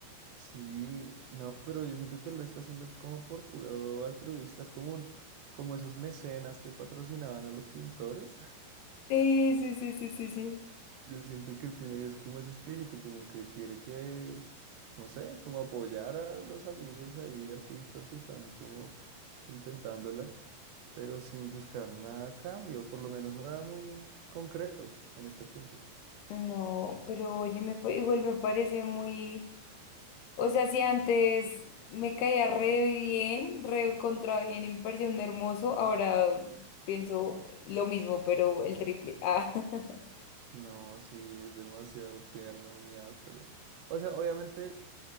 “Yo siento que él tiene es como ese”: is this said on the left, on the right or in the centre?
Right